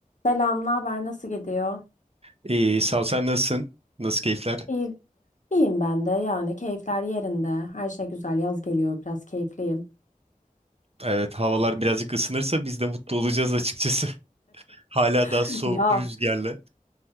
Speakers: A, on the left (about 60°); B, on the right (about 45°).
A: Selam, ne haber? Nasıl gidiyor?
B: İyi, sağ ol. Sen nasılsın? Nasıl keyifler?
A: İyi. İyiyim ben de. Yani keyifler yerinde. Her şey güzel. Yaz geliyor. Biraz keyifliyim.
B: Evet, havalar birazcık ısınırsa biz de mutlu olacağız açıkçası. <laughs> Hala
A: <laughs>
B: daha soğuk
A: Ya
B: rüzgarla.